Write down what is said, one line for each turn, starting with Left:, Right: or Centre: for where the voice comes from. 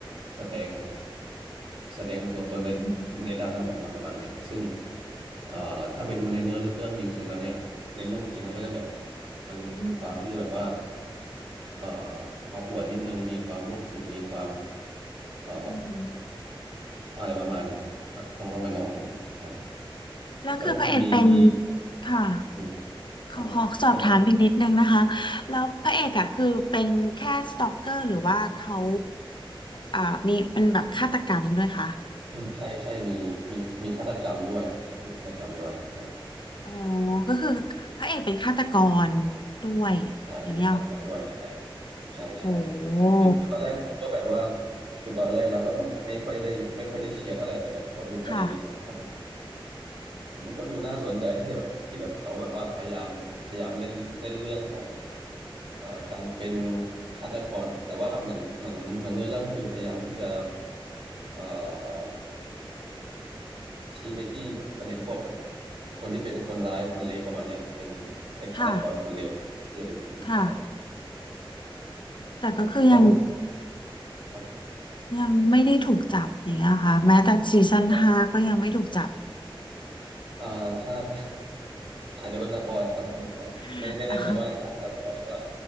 Right: แสดงแสดงตัวตนในในด้านนั้นออกมาประมาณนี้ครับซึ่งเอ่อถ้าไปดูในเนื้อเรื่องจริงๆแล้วเนี่ยในเรื่องจริงแล้วก็จะแบบมันมีความที่จะแบบว่าเอ่อออกหัวดนิดนึงมีความโรคจิตมีความเอ่อ
Left: อือหือ
Right: อะไรประมาณนี้ครับต้องต้องไปลองดูใช่
Left: แล้วคือพระเอกเป็น
Right: แล้วปกติมีมี
Left: ค่ะ
Right: อืมครับผมเช่นทำแบบ
Left: ขอขอสอบถามอีกนิดนึงนะคะแล้วพระเอกอะคือเป็นแค่สตอกเกอร์หรือว่าเขาอ่ามีเป็นแบบฆาตกรรมด้วยคะ
Right: อืมใช่ใช่มีมีมีฆาตกรรมด้วยครับมีฆาตกรรมด้วยใช่
Left: อ๋อก็คือพระเอกเป็นฆาตกรด้วยอย่างเงี้ย
Right: ใช่เป็นฆาตกรด้วยใช่ใช่ใช่
Left: โห
Right: คือคือตอนแรกผมก็แบบว่าคือตอนแรกเราก็แบบไม่ค่อยได้ไม่ค่อยได้เชียร์เท่าไหร่แต่แบบพอดูไปสักพัก
Left: ค่ะ
Right: มันก็ดูน่าสนใจที่แบบที่แบบเขาแบบว่าพยายามพยายามเล่นเล่นเรื่องของเอ่อการเป็นฆาตกรแต่ว่าเหมือนเหมือนเหมือนเนื้อเรื่องคือพยายามที่จะเอ่อชี้ไปที่ประเด็นพวกกับคนที่เป็นคนร้ายคนเลวประมาณเนี้ยเป็นเป็นฆาตกรคนเลวที่จะเป็นคนดีใช่
Left: ค่ะค่ะแต่ก็คือยัง
Right: และบวกครับ
Left: ยังไม่ได้ถูกจับอย่างเงี้ยค่ะแม้แต่ซีซั่นห้าก็ยังไม่ถูกจับ
Right: ก็เอ่อถ้า <laughs> อาจจะเป็นสปอยอะต้องต้องต้องไม่ไม่แน่ใจว่าอยากให้สปอยหรือเปล่า
Left: <laughs> อ๋อ